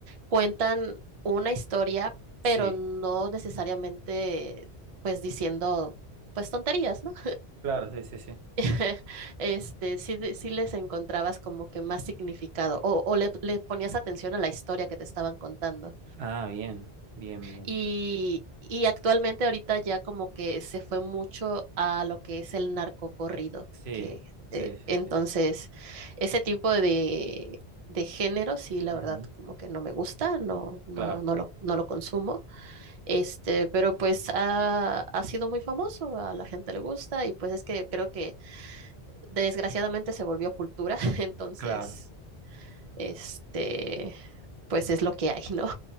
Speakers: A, on the right; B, on the right.
A: cuentan una historia,
B: sí,
A: pero no necesariamente pues diciendo pues tonterías, ¿no?
B: claro, sí, sí, sí.
A: <laughs> Este, sí, de- sí les encontrabas como que más significado o, o le, le ponías atención a la historia que te estaban contando.
B: Ah, bien, bien, bien.
A: Y, y actualmente ahorita ya como que se fue mucho a lo que es el narcocorrido,
B: Sí,
A: que
B: sí,
A: eh,
B: sí,
A: entonces
B: sí.
A: ese tipo de, de género, sí, la
B: Ujú,
A: verdad como que no me gusta, no, no,
B: Claro,
A: no lo, no lo consumo, este, pero pues ha, ha sido muy famoso, a la gente le gusta y pues es que creo que desgraciadamente se volvió cultura, <laughs> entonces,
B: claro.
A: este, pues es lo que hay, ¿no?